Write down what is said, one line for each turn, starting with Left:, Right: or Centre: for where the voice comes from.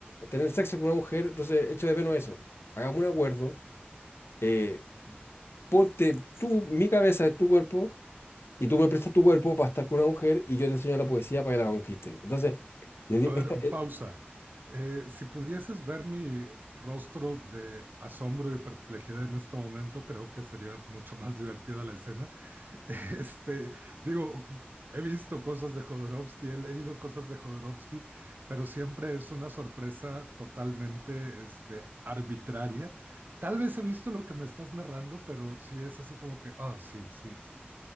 Left: tener sexo con una mujer, entonces echo de menos eso. Hagamos un acuerdo, eh, ponte tú mi cabeza en tu cuerpo y tú me prestas tu cuerpo para estar con una mujer y yo te enseño la poesía para que la conquistes. Entonces, yo digo,
Right: A ver,
Left: esta- eh,
Right: pausa. Eh, si pudieses ver mi rostro de asombro y perplejidad en este momento, creo que sería mucho más <laughs> divertida la escena. <laughs> Este, digo, he visto cosas de Jodorowsky, he leído cosas de Jodorowsky, pero siempre es una sorpresa totalmente este, arbitraria. Tal vez he visto lo que me estás narrando, pero sí es así como que, ah, oh, sí, sí, sí,